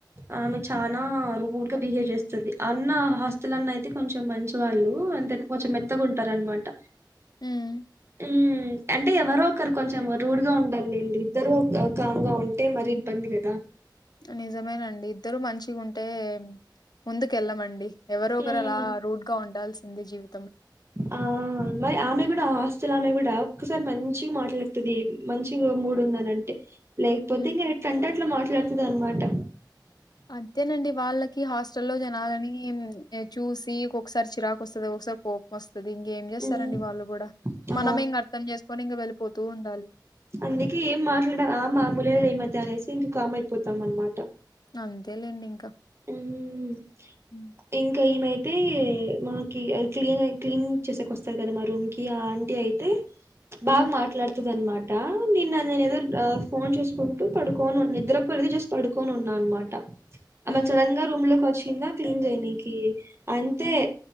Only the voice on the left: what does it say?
హ్మ్.
హ్మ్.
నిజమేనండి ఇద్దరు మంచిగుంటే ముందుకెళ్ళమండి. ఎవరో
ఒకరలా రోడ్గా ఉండాల్సిందే జీవి
హ్మ్.
హ్మ్.
అంతేనండి వాళ్ళకి హాస్టల్లో జనాలని చూసి ఒక్కొక్కసారి చిరాకు వస్తది ఒక్సార్ కోపం వస్ తది ఇంకేం చేస్తరండి
వాళ్ళు కూడా
మనమే ఇంక అర్థం చేస్కోని ఇంగ వెళ్ళిపోతూ ఉండాలి.
అంతేలెండి ఇంకా
హ్మ్.
హ్మ్.
హ్మ్.
హ్మ్.
హ్మ్.